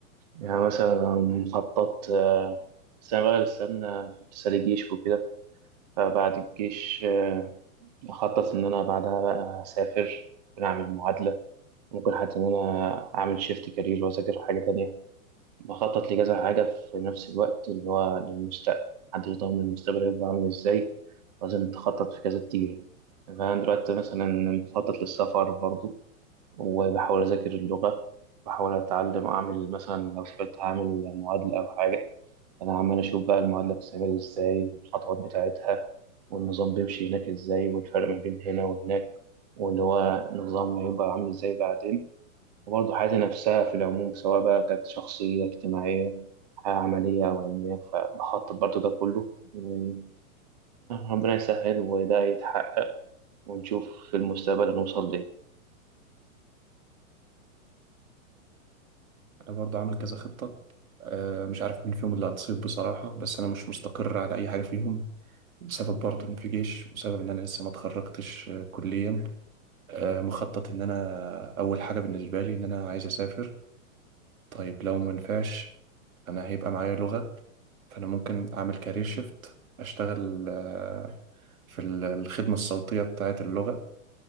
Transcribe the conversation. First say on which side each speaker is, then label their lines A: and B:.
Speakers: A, on the right; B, on the right.
A: يعني مثلا مخطط آه، بس انا بقى استنى لسه لي جيش وكده فبعد الجيش آه، اخطط ان انا بعدها بقى اسافر ممكن اعمل معادله ممكن حتى ان انا اعمل شيفت كارير واذاكر حاجه تانية بخطط لكذا حاجة في نفس الوقت اللي هو للمستقبل محدش ضامن المستقبل هيبقى عامل ازاي لازم تخطط في كذا اتجاه فأنا دلوقتي مثلا بخطط للسفر برضو وبحاول أذاكر اللغة بحاول أتعلم أعمل مثلا لو سافرت هعمل معادلة أو حاجة أنا عمال أشوف بقى المعادلة بتتعمل ازاي والخطوات بتاعتها والنظام بيمشي هناك ازاي والفرق ما بين هنا وهناك واللي هو النظام هيبقى عامل ازاي بعدين وبرضه حياتي نفسها في العموم سواء بقى كانت شخصية اجتماعية حياة عملية أو علمية فبخطط برضه ده كله ويا ربنا يسهل وده يتحقق ونشوف في المستقبل هنوصل ليه
B: أنا برضو عامل كذا خطة أه مش عارف مين فيهم اللي هتصيب بصراحة بس أنا مش مستقر على أي حاجة فيهم بسبب برضه إن في جيش وسبب إن أنا لسه ما اتخرجتش آه، كليا آه، مخطط إن أنا أول حاجة بالنسبة لي إن أنا عايز أسافر طيب لو ما نفعش أنا هيبقى معايا لغة فأنا ممكن أعمل كارير شيفت أشتغل آه، في ال- الخدمة الصوتية بتاعة اللغة